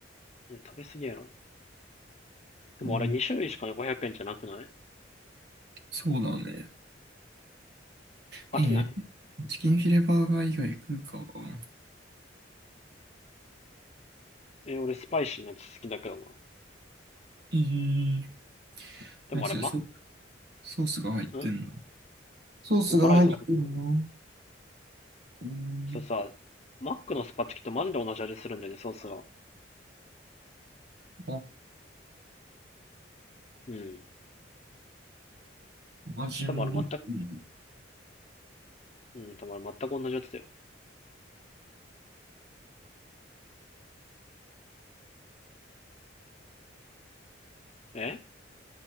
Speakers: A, on the left; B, on the right.
A: いや、食べ過ぎやろ。でもあれに種類しか500円じゃなくない
B: うん、そうだね。
A: 飽きない
B: え、チキンフィレバーガー以外食うか。
A: え、俺スパイシーなやつ好きだけどな。
B: えー、
A: でもあれマッ
B: 何それ、ソソースが入ってんの
A: ク、ん
B: ソースが入ってるの
A: そう、辛いソース。
B: うん、
A: それさ、マックのスパチキとマジで同じ味するんだよね、ソースが。
B: あ、
A: うん。
B: 味も。
A: 多分あれ全く、
B: うん
A: うん、多分あれ全く同じやつだよ。え